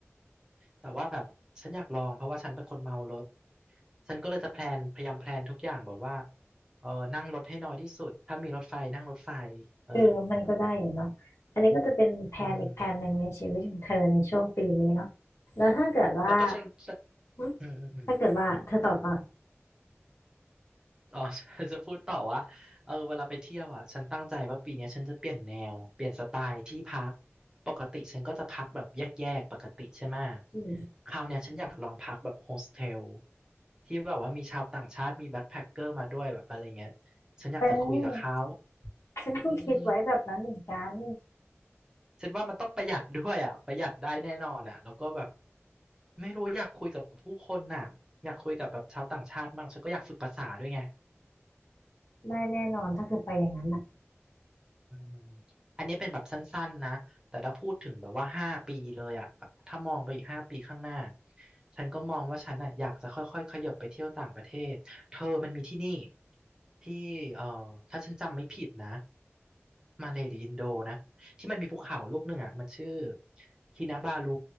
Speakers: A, on the right (about 15°); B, on the left (about 75°).
A: แต่ว่าแบบฉันอยากลองเพราะว่าฉันเป็นคนเมารถฉันก็เลยจะแพลนพยายามแพลนทุกอย่างแบบว่าเออนั่งรถให้น้อยที่สุดถ้ามีรถไฟนั่งรถไฟเออ
B: เออมันก็ได้อยู่เนาะอันนี้ก็จะเป็นแผนอีกแผนหนึ่งในชีวิตของเธอในช่วงปีนี้เนาะ
A: อืม
B: แล้วถ้าเกิดว่า
A: แล้วก็ฉันฉัน
B: หึ
A: อืมอืมอืม
B: ถ้าเกิดว่าเธอตอบก่อน
A: อ๋อ <laughs> จะพูดต่อว่าเออเวลาไปเที่ยวอ่ะฉันตั้งใจว่าปีเนี้ยฉันจะเปลี่ยนแนวเปลี่ยนสไตล์ที่พักปกติฉันก็จะพักแบบแยกๆปกติใช่ไหม
B: อืม
A: คราวเนี้ยฉันอยากลองพักแบบโฮสเทลที่แบบว่ามีชาวต่างชาติมีแบ็คแพ็คเกอร์มาด้วยแบบอะไรเงี้ยฉันอยากจะคุยกับเขา
B: เออฉันก็คิดไว้แบบนั้นเหมือนกัน
A: อืมฉันว่ามันต้องประหยัดด้วยอ่ะประหยัดได้แน่นอนอ่ะแล้วก็แบบไม่รู้อยากคุยกับผู้คนน่ะอยากคุยกับแบบชาวต่างชาติมั่งฉันก็อยากฝึกภาษาด้วยไง
B: ได้แน่นอนถ้าเธอไปอย่างนั้นอ่ะ
A: อืมอันนี้เป็นแบบสั้นๆนะ แต่ถ้าพูดถึงแบบว่าห้าปีเลยอ่ะแบบถ้ามองไปอีกห้าปีข้างหน้า ฉันก็มองว่าฉันอ่ะอยากจะค่อยๆขยับไปเที่ยวต่างประเทศ เธอมันมีที่นี่ที่เอ่อถ้าฉันจำไม่ผิดนะมาเลย์หรืออินโดนะที่มันมีภูเขาลูกหนึ่งอ่ะมันชื่อคินาบาลู